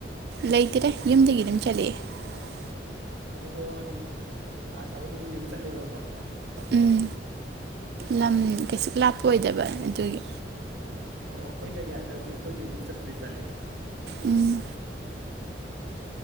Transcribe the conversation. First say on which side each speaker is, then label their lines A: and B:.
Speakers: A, on the right; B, on the right.
A: ꯂꯩꯇꯦꯗ ꯌꯨꯝꯗꯒꯤ ꯑꯗꯨꯝ ꯆꯠꯂꯛꯑꯦ
B: ꯑꯣꯗꯣ ꯑꯣ ꯑꯗꯨꯝ ꯀ꯭ꯂꯥꯁ ꯌꯥꯎꯕ ꯑꯗꯨꯝ ꯌꯨꯝꯗꯩ ꯑꯗꯨꯝ ꯆꯠꯂꯦꯕꯀꯣ
A: ꯎꯝ ꯂꯝ ꯀꯩꯁꯨ ꯂꯥꯞꯄ ꯑꯣꯏꯗꯕ ꯑꯗꯨꯒꯤ
B: ꯑꯣ ꯍꯣꯏꯗ ꯌꯥꯏꯗ ꯑꯗꯨ ꯈꯣꯏꯖꯨ ꯑꯗꯨꯝ ꯆꯠꯄꯨꯗꯤ ꯆꯠꯂꯛꯑꯦ
A: ꯎꯝ